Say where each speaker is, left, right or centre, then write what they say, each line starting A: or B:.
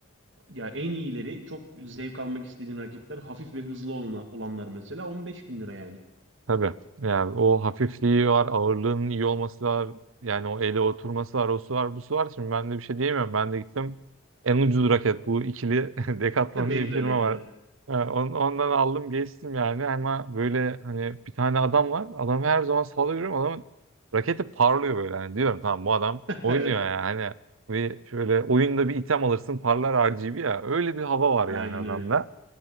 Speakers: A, on the right (about 65°); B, on the right (about 80°).
A: Ya en iyileri çok zevk almak istediğin raketler hafif ve hızlı olana- olanlar mesela 15 bin lira yani.
B: Tabii. Yani o hafifliği var, ağırlığının iyi olması var. Yani o ele oturması var, o su var, bu su var. Şimdi ben de bir şey diyemiyorum. Ben de gittim. En ucuz raket bu ikili <laughs> Decathlon
A: <laughs> Benim
B: diye bir
A: de
B: firma
A: öyleydi
B: var.
A: evet.
B: Ee, on- Ondan aldım geçtim yani ama böyle hani bir tane adam var. Adam her zaman sahada görüyorum. Adamın raketi parlıyor böyle. Yani diyorum tamam bu adam oynuyor
A: <laughs> Evet
B: yani. Hani bir şöyle oyunda bir item alırsın parlar RGB ya. Öyle bir hava var
A: aynen
B: yani adamda.
A: öyle.